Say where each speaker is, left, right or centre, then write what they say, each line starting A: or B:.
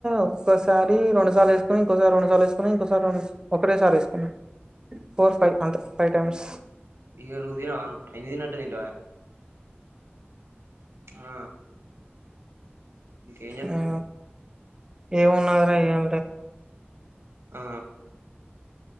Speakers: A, on the right; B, on the right.
A: ఒక్కసారి రెండుసార్లు వేసుకొని ఇంకోసారి రెండు సార్లు వేస్ వేసుకున్నా ఇంకోసారి ఒకటేసారి వేసుకున్నాం ఫోర్ ఫైవ్ అంతే ఫైవ్ టైమ్స్
B: ఇక నుదిన పనిదినట్ట నింట ఆ ఇంకేం
A: ఆ ఏవున్నాదరా ఏమ
B: ఆ